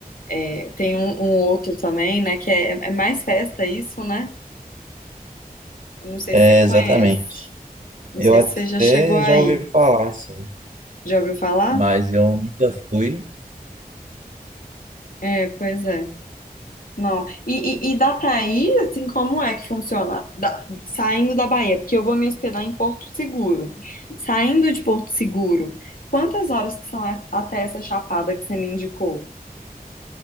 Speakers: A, on the left (about 65°); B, on the right (about 55°).
A: é, tem um, um outro também, né? Que é, é mais festa isso, né? Eu não sei
B: É,
A: se você conhece.
B: exatamente.
A: Não
B: Eu
A: sei
B: até
A: se você já chegou aí.
B: já ouvi falar, assim,
A: Já ouviu falar?
B: mas eu nunca fui.
A: É, pois é. Não. E, e, e dá pra ir, assim, como é que funciona? Da- saindo da Bahia, porque eu vou me hospedar em Porto Seguro. Saindo de Porto Seguro, quantas horas que são a- até essa chapada que você me indicou?